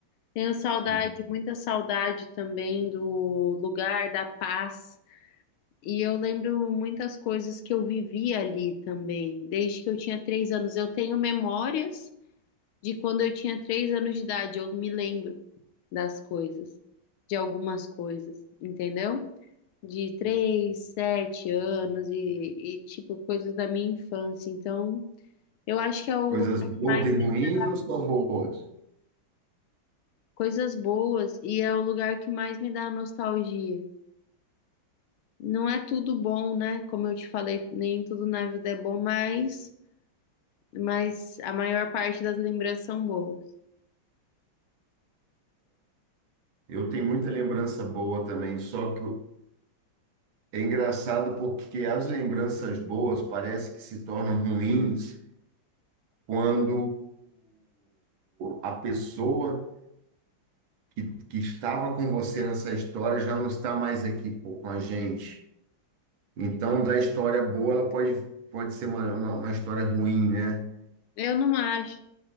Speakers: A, on the left; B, on the right.
A: Tenho saudade,
B: Uhum.
A: muita saudade também do lugar, da paz. E eu lembro muitas coisas que eu vivi ali também, desde que eu tinha três anos. Eu tenho memórias de quando eu tinha três anos de idade, eu me lembro das coisas, de algumas coisas, entendeu? De três, sete anos e, e, tipo, coisas da minha infância. Então, eu acho que é o
B: Coisas
A: lugar
B: boas
A: que mais
B: e
A: me
B: ruins
A: dá
B: ou só boas?
A: coisas boas e é o lugar que mais me dá nostalgia. Não é tudo bom, né? Como eu te falei, nem tudo na vida é bom, mas, mas a maior parte das lembranças são boas.
B: Eu tenho muita lembrança boa também, só que é engraçado porque as lembranças boas parece que se tornam ruins quando a pessoa que, que estava com você nessa história já não está mais aqui pô, com a gente. Então, da história boa, ela pode, pode ser uma, uma, uma história ruim, né?
A: Eu não acho.